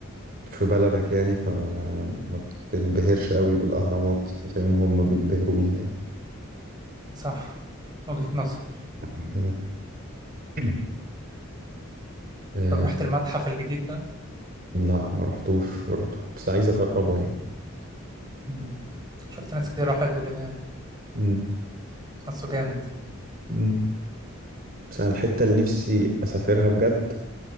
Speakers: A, on the right; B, on the right.
A: في بلدك يعني فما ما تنبهرش قوي بالأهرامات زي ما هم بينبهروا بيها يعني
B: صح وجهة نظر
A: <clears throat> مم. آه،
B: طب رحت المتحف الجديد ده
A: لا ما رحتوش برضه بس عايز أجربه يعني
B: امم شفت ناس كتير راحت وكده يعني
A: مم.
B: حاسه جامد
A: مم. بس أنا الحتة اللي نفسي أسافرها بجد